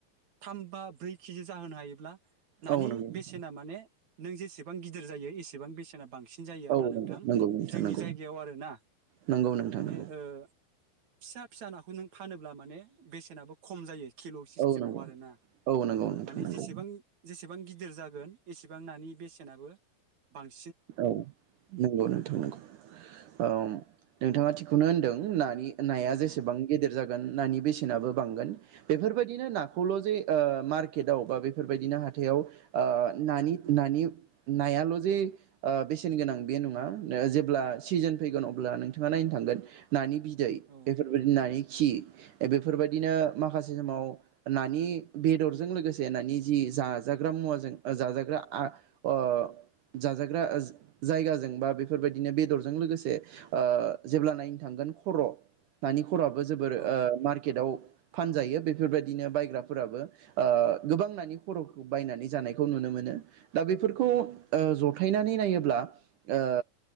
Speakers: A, on the right; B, on the right.
A: थाम बा ब्रै केजि जाहोनो हायोब्ला नानि
B: औ नंगौ नोंथां
A: बेसेना माने नों जेसेबां गिदिर जायो एसेबां बेसे सेना बांसिनगोन। सिन जायो आरोना
B: औ
A: नोंथां
B: नंगौ नंगौ नोंथां
A: जोंनि
B: नंगौ
A: जायगायाव आरोना
B: नंगौ नोंथां
A: माने
B: नंगौ
A: ओ फिसा फिसा नाखौ नों फानोब्ला माने बेसेनाबो खम जायो। खेल' सिस्टेमाव
B: औ नंगौ
A: आरोना
B: औ नंगौ नोंथां
A: माने
B: नंगौ
A: जेसेबां सेबां गिदिर जागोन एसेबां नानि बेसेनाबो बांगोन।
B: औ नोंगौ नोंथां औ नोंथाङा थिगखौनो होनदों। ओं नानि नाया जेसेबां
A: औ
B: गिदिर जागोन नानि बेसेनाबो बांगोन बेफोरबायदिनो नाखौल' जे ओ मार्केटआव बा बेफोरबायदिनो हाथायाव ओ नानि नानि नायाल' जे ओ बेसेन गोनां बे नङा ओ जेब्ला सिजोन फैगोन अब्ला नोंथाङा नायनो थांगोन नानि बि दै
A: औ
B: बेफोर बादि नानि खि बेफोरबायदिनो माखासे समाव नानि बेदरजों लोगोसे नानि जि जाजाग्रा मुवाजों जाजाग्रा आ ओ जाजा ग्रा ज जायगाजों बा बेफोरबायदिनो बेदरजों लोगोसे ओ जेब्ला नायनो थांगोन खर' नानि खरआबो जोबोर ओ
A: औ
B: मार्केटाव फानजायो बेफोरबायदिनो बायग्राफोराबो ओ गोबां नानि खर'फोरखौ बायनानै जानायखौ नुनो मोनो दा बेफोरखौ ओ ज थायनानै नायोब्ला ओ